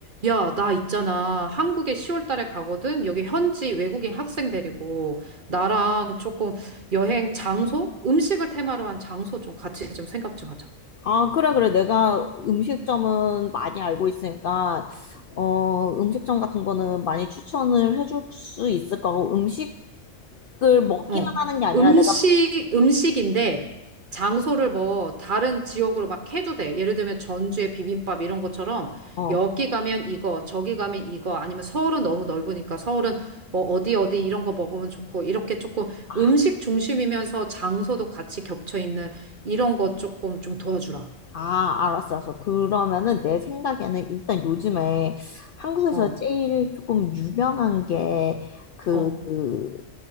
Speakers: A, on the right (about 50°); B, on the left (about 60°).
A: 야, 나 있잖아. 한국에 10월 달에 가거든. 여기 현지 외국인 학생 데리고 나랑 조금 여행 장소, 음식을 테마로 한 장소 좀 같이 좀 생각 좀 하자.
B: 아, 그래, 그래. 내가 음식점은 많이 알고 있으니까, 어, 음식점 같은 거는 많이 추천을 해줄 수 있을 거고, 음식을 먹기만
A: 어,
B: 하는 게 아니라
A: 음식,
B: 내가,
A: 음식인데 장소를 뭐 다른 지역으로 막 해도 돼. 예를 들면 전주의 비빔밥 이런 것처럼
B: 어,
A: 여기 가면 이거, 저기 가면 이거, 아니면 서울은 너무 넓으니까 서울은 뭐 어디 어디 이런 거 먹으면 좋고 이렇게 조금
B: 아,
A: 음식 중심이면서 장소도 같이 겹쳐 있는 이런 거 조금 좀 도와주라.
B: 아, 알았어, 알았어. 그러면은 내 생각에는 일단 요즘에 한국에서
A: 어,
B: 제일 조금 유명한 게, 그,
A: 어,
B: 그,